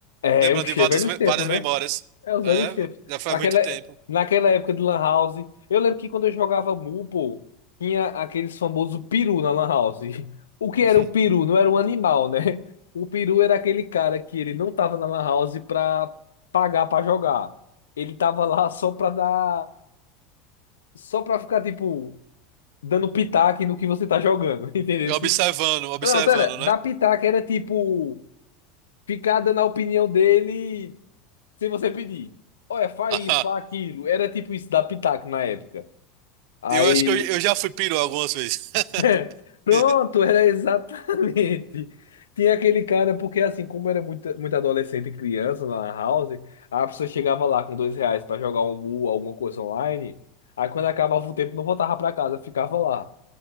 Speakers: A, on the left; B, on the right.
A: é
B: lembrando
A: o cheiro
B: de várias,
A: velho os tempos,
B: várias
A: né?
B: memórias.
A: É os
B: É,
A: velhos tempos.
B: já faz
A: Aquela,
B: muito tempo.
A: naquela época de Lan House, eu lembro que quando eu jogava Mu, pô, tinha aqueles famosos peru na Lan House. <laughs> O que
B: <laughs>
A: era o peru? Não era um animal, né? O peru era aquele cara que ele não tava na Lan House pra pagar pra jogar. Ele tava lá só pra dar. Só pra ficar, tipo, dando pitaco no que você tá jogando, <laughs> entendeu?
B: E observando, observando,
A: Não, pera, dar
B: né?
A: pitaco era tipo. Ficar dando a opinião dele se você pedir, olha, faz
B: <laughs>
A: isso, faz
B: Ah,
A: aquilo. Era tipo isso da Pitaco na época. Aí,
B: Eu acho que eu, eu já fui peru algumas vezes. <laughs>
A: <laughs> pronto, era exatamente. Tinha aquele cara, porque assim, como era muito, muito adolescente e criança lá na house, a pessoa chegava lá com dois reais pra jogar um mu, alguma coisa online. Aí quando acabava o tempo, não voltava pra casa, ficava lá.